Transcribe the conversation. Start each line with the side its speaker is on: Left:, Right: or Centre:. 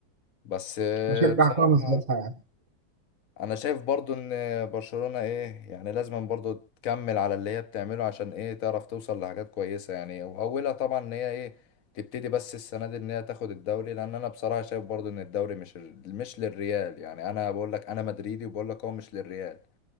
Left: بس آه،
Right: بشجع
Left: بصراحة
Right: كرة من ساعتها يعني
Left: انا شايف برضو ان برشلونة ايه يعني لازم برضو تكمل على اللي هي بتعمله عشان ايه تعرف توصل لحاجات كويسة يعني واولها طبعا ان هي ايه تبتدي بس السنة دي ان هي تاخد الدوري لان انا بصراحة شايف برضو ان الدوري مش مش للريال يعني انا بقول لك انا مدريدي وبقول لك هو مش للريال